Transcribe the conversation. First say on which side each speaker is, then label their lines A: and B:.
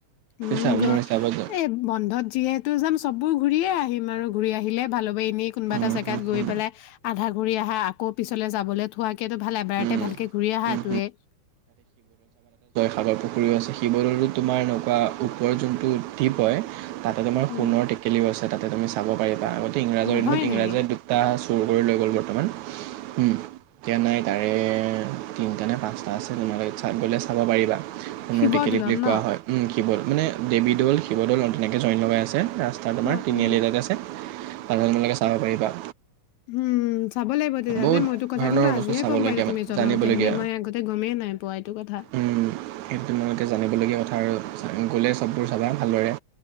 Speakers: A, on the left (about 75°); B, on the right (about 75°).
A: উম,
B: চা
A: গ,
B: মোৰ হিচাপত য
A: এই বন্ধত যিয়ে তো যাম চববোৰ ঘূৰিয়ে আহিম আৰু, ঘূৰি আহিলে ভাল হ'ব। তুমি কোনোবা
B: উম,
A: এটা জেগাত
B: উম,
A: গৈ
B: উম,
A: পেলাই আধা ঘুৰি আহা আকৌ পিছলৈ যাবলৈ থোৱা কেটো ভাল এবাৰতে
B: উম,
A: ভালকে ঘূৰি আহা
B: উম,
A: তোয়ে।
B: আগৰ পুখুৰীও আছে শিৱদলটো তোমাৰ এনেকুৱা ওপৰৰ যিটো দ্বীপ হয় তাতে তোমাৰ
A: উম
B: সোণৰ টেকেলিও আছে। তাতে তুমি চাব পাৰিবা আগ ইংৰাজৰ
A: অ হয়
B: দিনত ইংৰাজে
A: নেকি
B: দুটা চুৰি কৰি লৈ গ'ল বৰ্তমান। উম, এতিয়া নাই। চাৰে তিনিটা নে পাঁচটা আছে তোমালোকে গ'লে চাব পাৰিবা। সোণৰ
A: শিৱদৌলত
B: টেকেলি বুলি
A: ন
B: কোৱা হয়। উম শিৱদৌল, মানে দেৱীদৌল শিৱদৌল তেনেকৈ জইন লগাই আছে। ৰাস্তাত আমাৰ
A: অ
B: তিনিআলি
A: অ
B: এটা যে আছে, তাতে তোমালোকে চাব পাৰিবা।
A: হম্ উম। চাব লাগিব তেতিয়াহলে
B: বহুত
A: মইটো কথা
B: ধৰণৰ
A: কিন্তু আজিহে
B: বস্তু চাবলগীয়া
A: গম পাইছোঁ
B: মানে
A: তুমি জনাওঁতে
B: জানিবলগীয়া
A: এনে মই আগতে গমেই নাই পোৱা এইটো কথা।
B: উম, সেইটো তোমালোকে জানিবলগীয়া কথা আৰু গ'লে সকলোবোৰ চাবা ভালদৰে।